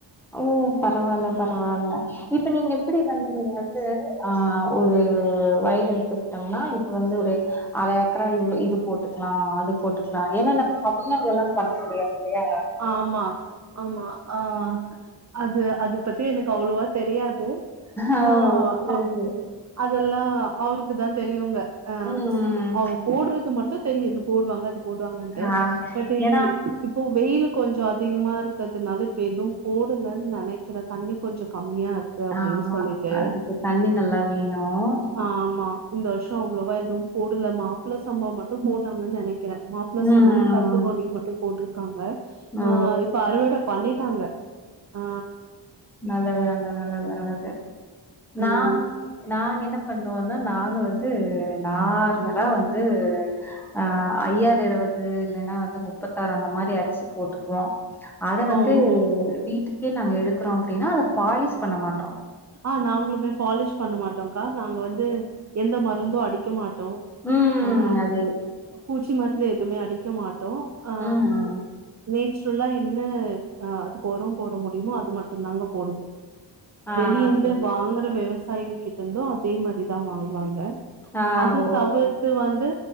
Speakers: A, in the centre; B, on the right.
A: ஓ பரவால்ல பரவால்ல இப்ப நீங்க எப்டி வந்து நீங்க வந்து ஆ ஒரு வயலு எடுத்துக்கிட்டோம்னா இப்ப வந்து ஒரு அர ஏக்கரா இவ்ளோ இது போட்டுக்கலா அது போட்டுக்கலா ஏன்னா நம்ம தனியா எல்லா பண்ண முடியாது இல்லையா
B: ஆமா ஆமா ஆ அது அது பத்தி எனக்கு அவ்வளவா தெரியாது ஆனா
A: ஆ ஓ சரி,
B: அ
A: சரி.
B: அதெல்லா அவருக்கு தா தெரியுங்க அ
A: ம், ம்.
B: அவங்க போடுறது மட்டு தெரியுது போடுவாங்க அ போடுவாங்கட்டு
A: ஆ
B: பட்
A: ஏன்னா
B: இப்போ வெயில் கொஞ்சோ அதிகமா இருக்கிறதுனால இப்ப எது போடலன்னு நெனைக்கிறே தண்ணி கொஞ்ச கம்மியா இருக் கு அப்டின்னு
A: ஆமா.
B: சொல்லிட்ட
A: அதுக்கு தண்ணி நல்லா வேணும்.
B: ஆமா இந்த வருஷ அவ்வளோவா எதுவு போடல மாப்பிள்ள சம்பா மட்டு போட்டாங்கன்னு நெனைக்கிறே மாப்பள
A: ம்.
B: சம்பா கருப்பு கவனியு மட்டு போட்ருக்காங்க ஆ
A: ஓ!
B: இப்ப அறுவட பண்ணிட்டாங்க ஆ
A: நல்லது நல்லது நல்ல நல்லது
B: ம்
A: நானு நாங்க என்ன பண்ணுவோனா நாங்க வந்து நார்மலா வந்து ஆ ஐயாது இருவது இல்லன்னா வந்து முப்பத்தாறு அந்த மாரி அரிசி போட்டுக்குவோ அத வந்து
B: ஓ ஓ!
A: வீட்டுக்கே நாங்க எடுக்கறோ அப்டின்னா அத பாலிஷ் பண்ண மாட்டோ
B: ஆ நாங்களுமே பாலிஷ் பண்ண மாட்டோம்க்கா நாங்க வந்து எந்த மருந்து அடிக்க மாட்டோ
A: ம்
B: ஆ
A: அதே
B: பூச்சி மருந்து எதுவுமே அடிக்க மாட்டோ ஆ
A: ம் ம்
B: நேச்சுரல்லா என்ன ஆ அதுக்கு ஒர போட முடியுமோ அது மட்டுந்தாங்க போடுவோ
A: ஆ
B: வெளியேந்து
A: அது
B: வாங்குற விவசாய்ங்க கிட்ட இருந்தோ அதே மாரிதா வாங்குவாங்க
A: ஆ
B: அது
A: ஓ
B: தவிர்த்து வந்து